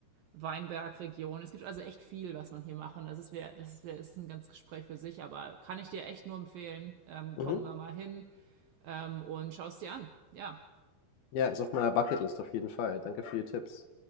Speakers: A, on the right; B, on the left.
A: Weinbergregion. Es gibt also echt viel, was man hier machen. Das ist, das ist, ist ein ganz Gespräch für sich, aber kann ich dir echt nur empfehlen. Ähm, komm
B: mhm.
A: da mal hin ähm, und schau es dir an. Ja,
B: Ja, ist auf meiner Bucketlist auf jeden Fall. Danke für die Tipps.